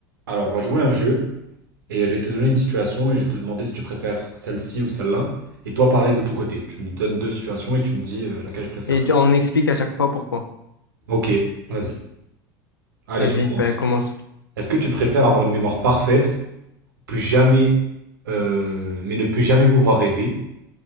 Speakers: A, on the right (about 65°); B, on the left (about 80°).
A: Alors, on va jouer à un jeu et je vais te donner une situation et je vais te demander si tu préfères celle-ci ou celle-là. Et toi, pareil de ton côté. Tu me donnes deux situations et tu me dis euh, laquelle je préfère.
B: Et on explique à chaque fois pourquoi.
A: Ok, vas-y. Allez,
B: Vas-y,
A: je commence.
B: bah, commence.
A: Est-ce que tu préfères avoir une mémoire parfaite, plus jamais, euh, mais ne plus jamais pouvoir rêver,